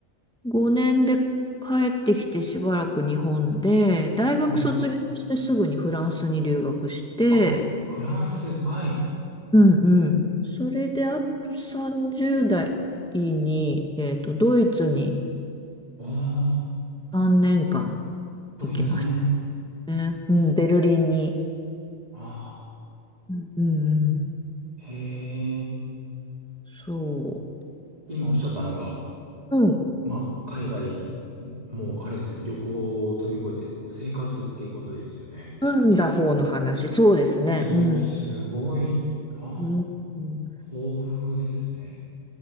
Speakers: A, in the centre; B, on the right.
A: 5年で帰ってきてしばらく日本で、大学卒業してすぐにフランスに留学して、
B: はい。あ、フランス、はい。
A: うんうん。それで、あと30代に、えっと、ドイツに
B: おー、
A: 3年間
B: ドイツ3年。
A: 行きましたね。うん、ベルリンに。
B: あ
A: うんうんうん。
B: ー、へー。
A: そ
B: 今おっしゃったのが、
A: う。うん。
B: まあ、海外、もうあれですね、旅行を飛び越えて、もう生活っていうことですよね。
A: 組んだ方の話、そうですね。
B: そう、
A: うん。
B: すごい。あ、
A: うん。うん
B: 豊富ですね。